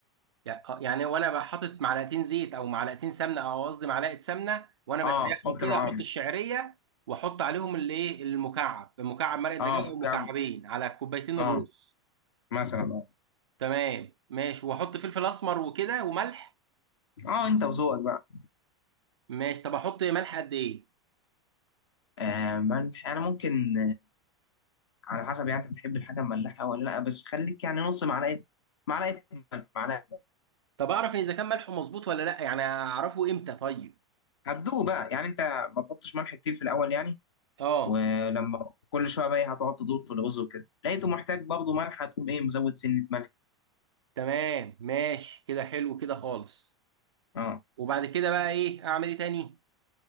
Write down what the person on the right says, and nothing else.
يعني آه، يعني وانا بقى حاطط معلقتين زيت او معلقتين سمنه او قصدي معلقه سمنه وانا بسيحهم
كده
احط الشعريه واحط عليهم الايه المكعب مكعب مرق الدجاج
او مكعبين على كوبايتين الرز
تمام ماشي واحط فلفل اسمر وكده وملح
ماشي طب احط ملح قد ايه
طب اعرف اذا كان ملحه مظبوط ولا لا يعني اعرفه امتى طيب
اه
تمام ماشي كده حلو كده خالص
وبعد كده بقى ايه اعمل ايه تاني